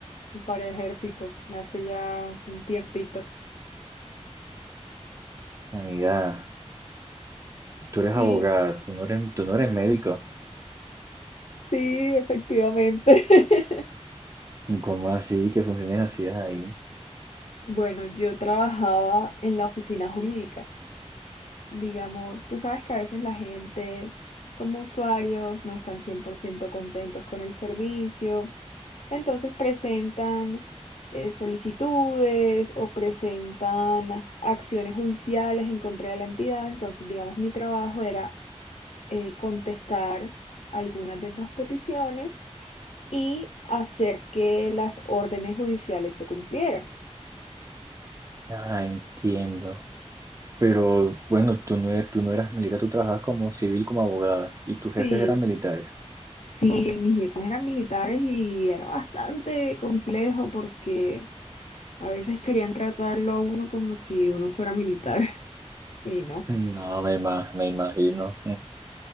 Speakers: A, on the left; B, on the right.
A: para ejércitos hace ya un tiempito.
B: Unidad, tú eres
A: Sí.
B: abogada, tú no eres, tú no eres médico.
A: Sí, efectivamente. <laughs>
B: ¿Cómo así que funciones hacías ahí?
A: Bueno, yo trabajaba en la oficina jurídica. Digamos, tú sabes que a veces la gente, como usuarios, no están 100% contentos con el servicio. Entonces presentan eh, solicitudes o presentan acciones judiciales en contra de la entidad. Entonces, digamos, mi trabajo era eh, contestar algunas de esas peticiones y hacer que las órdenes judiciales se cumplieran.
B: Ah, entiendo. Pero bueno, tú no eres, tú no eras militar, tú trabajabas como civil, como abogada y tus jefes
A: Sí,
B: eran militares.
A: sí, mis jefes eran militares y era bastante complejo porque a veces querían tratarlo a uno como si uno fuera militar <laughs> y no.
B: No, me, ima- me imagino.